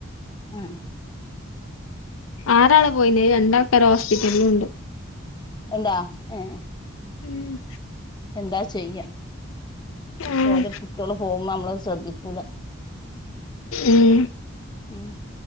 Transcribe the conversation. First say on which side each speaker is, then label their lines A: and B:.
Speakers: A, on the left; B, on the left.
A: ഉം
B: ആറാളെ പോയിനെ രണ്ടാള്ക്കാര് ഹോസ്പിറ്റലിലുണ്ട്
A: എന്താ ഉം
B: ഉം
A: എന്താചെയ്യാ
B: ഉം
A: ഓരോ കുട്ടികള് പോകുമ്പോ നമ്മള് ശ്രദ്ധിക്കൂല
B: ഉം
A: ഉംഹ്